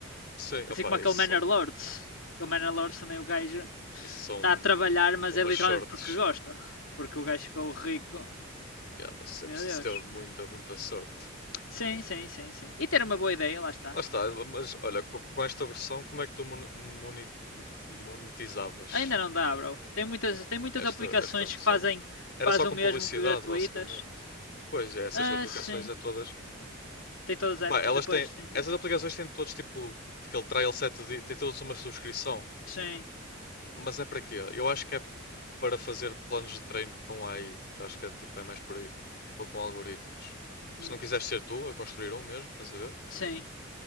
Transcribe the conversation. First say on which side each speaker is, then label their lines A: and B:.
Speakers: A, on the left; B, on the left.
A: Sim, opá,
B: Assim como aquele
A: isso
B: Manor
A: são,
B: Lords. Aquele Manor Lords também o gajo
A: isso são
B: está a trabalhar, mas
A: umas
B: é literalmente
A: sortes.
B: porque gosta. Porque o gajo ficou rico.
A: Yeah, mas isso
B: Meu
A: é preciso
B: Deus.
A: ter muita, muita sorte.
B: Sim, sim, sim, sim. E ter uma boa ideia, lá está.
A: Lá está, mas olha, com, com esta versão, como é que tu mon- moni- monetizavas
B: Ainda não dá, bro. Tem muitas, tem muitas
A: esta,
B: aplicações
A: esta versão?
B: que fazem
A: Era
B: quase
A: só com
B: o mesmo
A: publicidade,
B: que gratuitas.
A: basicamente. Pois é, essas
B: Ah,
A: aplicações
B: sim.
A: é todas.
B: Tem todas
A: Epá,
B: as apps?
A: elas têm.
B: Pois, tem todas.
A: Essas aplicações têm todos tipo aquele trial set de, têm todos uma subscrição.
B: Sim.
A: Mas é para quê? Eu acho que é para fazer planos de treino com AI. Eu acho que é, tipo, é mais por aí. Ou com algoritmos.
B: Hum,
A: Se não quiseres ser tu a construir um mesmo, estás a ver?
B: Sim.